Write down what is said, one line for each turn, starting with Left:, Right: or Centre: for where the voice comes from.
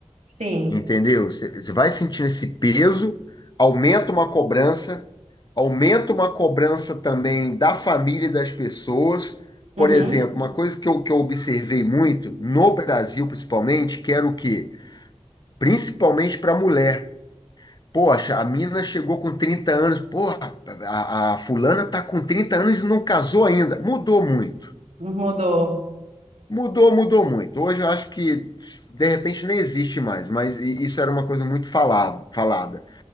Right: Sim.
Left: Entendeu? Você vai sentindo esse peso, aumenta uma cobrança, aumenta uma cobrança também da família e das pessoas.
Right: Uhum.
Left: Por exemplo, uma coisa que eu, que eu observei muito, no Brasil principalmente, que era o quê? Principalmente para mulher. Poxa, a mina chegou com 30 anos, porra, a, a fulana tá com trinta anos e não casou ainda. Mudou muito.
Right: Mudou.
Left: Mudou, mudou muito. Hoje eu acho que de repente nem existe mais, mas i- isso era uma coisa muito falava, falada.